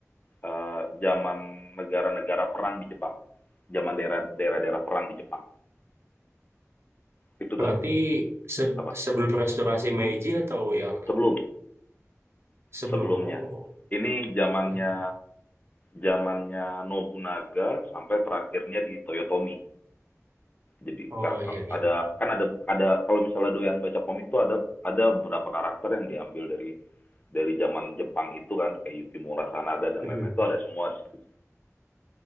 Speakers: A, on the left (about 30°); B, on the right (about 50°).
A: eh, zaman negara-negara perang di Jepang, zaman daerah daerah-daerah perang di Jepang. Itu
B: Berarti
A: tuh
B: se-
A: apa?
B: sebelum restorasi Meiji atau yang
A: Sebelum
B: sebelum?
A: sebelumnya.
B: Oh,
A: Ini zamannya
B: Mm-mm.
A: zamannya Nobunaga sampai terakhirnya di Toyotomi. jadi
B: oh iya iya.
A: ada kan ada ada kalau misalnya doyan baca komik tuh ada ada beberapa karakter yang diambil dari dari zaman Jepang itu kan kayak Yukimura Sanada dan
B: Hmm,
A: lain-lain
B: hmm.
A: itu ada semua di situ